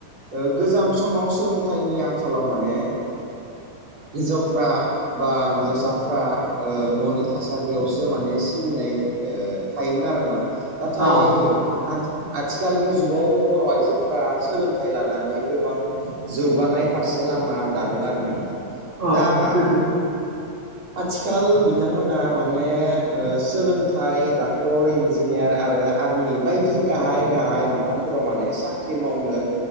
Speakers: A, on the right; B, on the right.
A: ओ गोजाम समाव सोलोंथाइनि आंखालाव माने हिन्जावफ्रा बा हिन्जावसा फ्रा ओ न'नि थासारियावसो माने सिबिनाय ओ थायोमोन आरोना नाथाय
B: औ नंगौ
A: आथि खालनि जुगाव बर' आइजोफोरा सोलोंथाइ लानानै गोबां जौगानाय फारसे लामा दादों आरो ना नोंथां।
B: औ
A: दा
B: नंगौ।
A: आथिखाल बिथांमोनहा माने ओ सोलोंथाइ डाक्टर, इन्जिनियार आरो आर्मि बायदि गाहाय गाहाय बिफानफोराव माने साख्रि मावनोओ